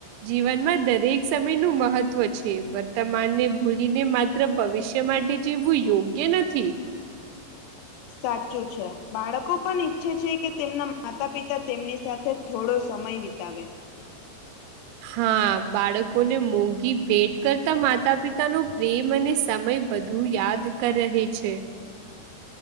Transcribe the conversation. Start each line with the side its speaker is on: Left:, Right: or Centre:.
Right: જીવનમાં દરેક સમયનું મહત્વ છે વર્તમાનને ભૂલીને માત્ર ત્ર ભવિષ્ય માટે જીવવું યોગ્ય નથી.
Left: સાચું છે બાળકો પણ ઈચ્છે છે કે તેમના માતા પિતા તેમની સાથે થોડો સમય વિતાવે
Right: હા બાળકોને મોંઘી ભેટ કરતા માતા પિતા નો પ્રેમ અને સમય વધ હું યાદ કર રહે છે